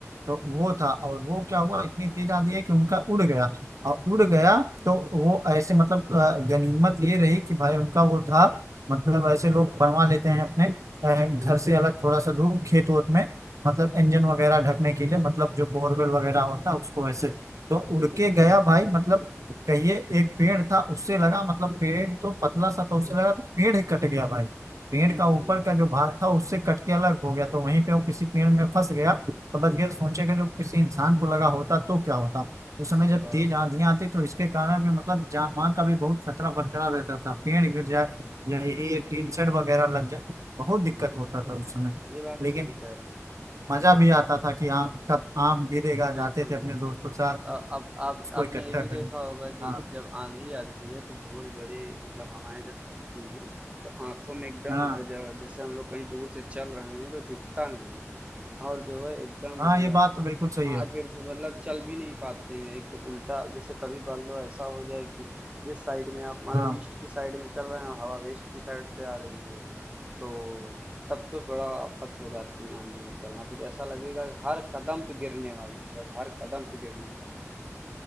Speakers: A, on the right; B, on the right.
A: तो वो था और वो क्या हुआ इतनी तेज आंधी है कि उनका उड़ गया और उड़
B: हुँ।
A: गया तो वो ऐसे मतलब अ, गनीमत ये रही कि भाई उनका वो था मतलब ऐसे लोग बनवा लेते हैं अपने अ, घर
B: बिल्कुल।
A: से अलग थोड़ा सा दूर खेत वोत में मतलब इंजन वगैरह ढकने के लिए मतलब जो बोरवेल वगैरह होता है उसको ऐसे तो उड़
B: हुँ,
A: के गया भाई मतलब कहिए एक पेड़ था उससे लगा मतलब पेड़ तो पतला सा था उससे लगा तो पेड़ ही कट गया भाई पेड़
B: हुँ,
A: का ऊपर
B: हुँ,
A: का जो भाग था उससे कट के अलग हो गया तो वहीं पे वो किसी पेड़ में फंस गया तो बच
B: हुँ।
A: गया सोचे कि जो किसी इंसान को लगा होता तो क्या होता उस
B: स
A: समय जब
B: बात
A: तेज आंधियां
B: सही है।
A: आती तो इसके कारण भी मतलब जान मान का भी बहुत खतरा बरकरार रहता था पेड़
B: हुँ,
A: गिर जाए या ये ये टीन शेड वगैरह लग जाए बहुत दिक्कत
B: हुँ।
A: होता था उस समय
B: ये बात
A: लेकिन
B: सही कह रहे हैं।
A: मजा भी आता था कि आम कब आम गिरेगा
B: बिल्कुल,
A: जाते थे अपने
B: बिल्कुल।
A: दोस्तों के साथ
B: अ, अब आप
A: उसको
B: आपने
A: इकट्ठा
B: ये भी
A: करने
B: देखा होगा कि
A: हाँ
B: जब आँधी आती है तो धूल भरी मतलब हवाएँ जब चलती हैं, तो आँखों में एकदम
A: हाँ
B: अ, ज जैसे हम लोग कहीं दूर से चल रहे हैं तो दिखता नहीं है और जो है एकदम
A: हाँ
B: अ,
A: ये बात तो बिल्कुल
B: अ,
A: सही है
B: अ, फिर भी मतलब चल भी नहीं पाते हैं। एक तो उल्टा जैसे कभी मान लो ऐसा हो जाए कि जिस साइड में आप मान
A: हाँ
B: लो ईस्ट की साइड में चल रहे हैं और हवा वेस्ट की साइड से आ रही हो, तो तब तो बड़ा आफत हो जाती है आंधी में चलना फिर ऐसा लगेगा कि हर कदम पे गिरने वाले हैं बस हर कदम पे गिरने वाले